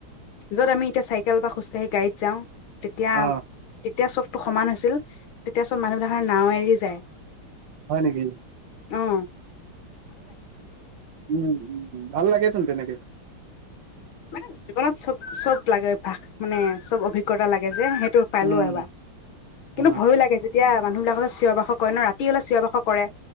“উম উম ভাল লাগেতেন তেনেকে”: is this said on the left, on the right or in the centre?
Right